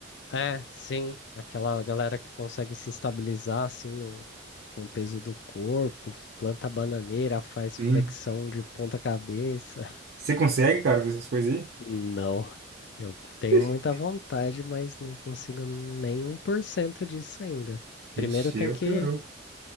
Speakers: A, on the left; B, on the right.
A: é, sim, aquela galera que consegue se estabilizar assim no, com o peso do corpo, planta bananeira, faz
B: Sim.
A: flexão de ponta cabeça.
B: Você consegue, cara, fazer essas coisas aí?
A: Não, eu tenho
B: <laughs>
A: muita vontade, mas não consigo nem um por cento disso ainda.
B: Vixe,
A: Primeiro tem
B: eu
A: que,
B: piorou.